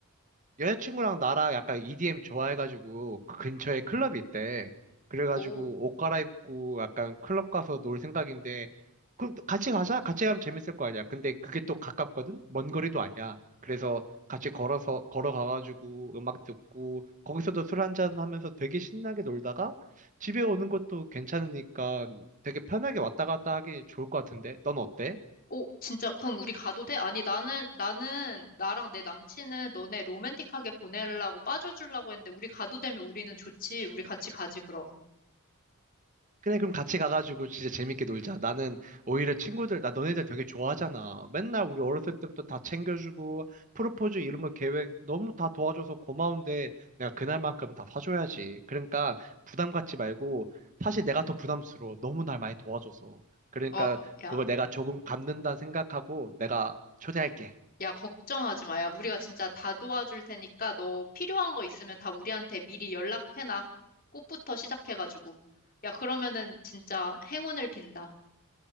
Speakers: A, on the right (about 35°); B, on the left (about 40°).
A: 여자친구랑 나랑 약간 EDM 좋아해가지고 그 근처에 클럽이 있대. 그래가지고
B: 오.
A: 옷 갈아입고 약간 클럽 가서 놀 생각인데 그럼 또 같이 가자. 같이 가면 재밌을 거 아니야. 근데 그게 또 가깝거든. 먼 거리도 아니야. 그래서 같이 걸어서 걸어가가지고 음악 듣고 거기서도 술 한잔 하면서 되게 신나게 놀다가 집에 오는 것도 괜찮으니까 되게 편하게 왔다 갔다 하기 좋을 것 같은데. 넌 어때?
B: 오, 진짜, 그럼 우리 가도 돼? 아니, 나는, 나는, 나랑 내 남친은 너네 로맨틱하게 보내려고 빠져주려고 했는데, 우리 가도 되면 우리는 좋지. 우리 같이 가지, 그럼.
A: 그래, 그럼 같이 가가지고 진짜 재밌게 놀자. 나는 오히려 친구들, 나 너네들 되게 좋아하잖아. 맨날 우리 어렸을 때부터 다 챙겨주고, 프로포즈 이런 거 계획 너무 다 도와줘서 고마운데, 내가 그날만큼 다 사줘야지. 그러니까 부담 갖지 말고, 사실 내가 더 부담스러워. 너무 날 많이 도와줘서. 그러니까
B: 어, 야,
A: 그걸 내가 조금 갚는다 생각하고, 내가 초대할게.
B: 야, 걱정하지 마. 야, 우리가 진짜 다 도와줄 테니까 너 필요한 거 있으면 다 우리한테 미리 연락해놔. 꽃부터 시작해가지고. 야, 그러면은 진짜 행운을 빈다.